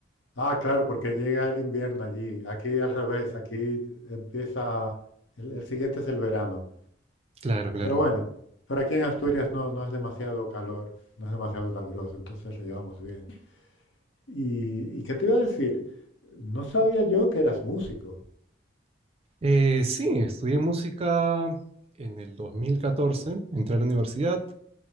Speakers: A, on the left; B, on the right.
A: Ah, claro, porque llega el invierno allí. Aquí al revés, aquí empieza, el, el siguiente es el verano.
B: Claro, claro.
A: Pero bueno, pero aquí en Asturias no, no es demasiado calor, no es demasiado caluroso, entonces lo llevamos bien. ¿Y, y qué te iba a decir? No sabía yo que eras músico.
B: Eh, sí, estudié música en el 2014, entré a la universidad,